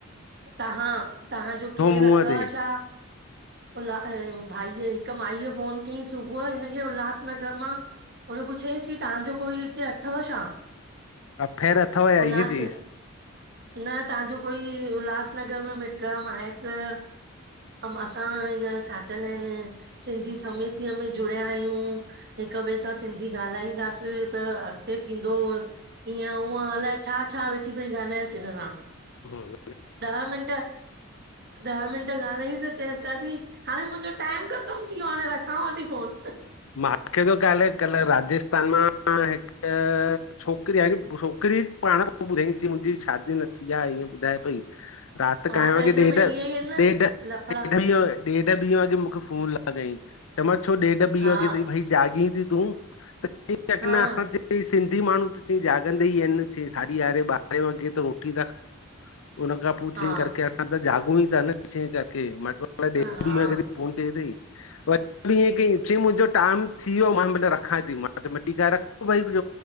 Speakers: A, on the right; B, on the left.
A: तहां तहांजो केरु
B: मुंहं
A: अथव
B: ते
A: छा? उल्हा भाईअ हिकु माईअ फोन कयईं सुबुह हिनखे उल्हासनगर मां हुन पुछियईंसि कि तहांजो कोई हिते अथव छा?
B: अफेर अथव छा
A: उल्हास
B: ईंअं चीस।
A: न तहांजो कोई उल्हासनगर में मिट्र आ माइट्र अऊं असां हिन छा चवंदा आहिन सिंधी समतीअ में जुड़िया आहियूं। हिक ॿे सां सिंधी ॻाल्हाईंदास त अॻते थींदो। ईअं हूअं अलाए छा छा वेठी पई ॻाल्हायस हिन सां।
B: हम।
A: ॾह मिंट ॾह मिंट ॻाल्हाइस त चेस छाती हाणे मुंजो टाइम ख़तम थी वियो हाणे रख खावांती फोस।
B: मुखे त कल कल राजस्थान मां हिक छोकिर आहे, छोकरी पाण ॿुधाईस मुंजी शादी न थी आ ईअं ॿुधाए पई। रात
A: हा
B: काएं वॻे?
A: त हिन
B: ॾेढ
A: में इहे ई आहिनि न
B: ॾेढ
A: लफड़ा
B: ॾेढ ॾेढ ॿी वॻे मूंखे फोन लॻाईं, चमांस छो ॾेढ ॿी
A: हा
B: वॻे तई भई जाॻीं थी तूं। ठीक आहे
A: हा
B: न असां बी चईं, सिंधी माण्हू त चईं जाॻदा ई आहिन चईं साढी यारहे ॿारहे वॻे त रोटी त हुन खा पो
A: हा
B: चई करके अस त जागूं ई था न चई करके मां फोन
A: हा
B: कई तईं व हीअ कईं, चईं मुंजो टाम थी वियो मां भले रखांथी मां चयो मांस रख भई।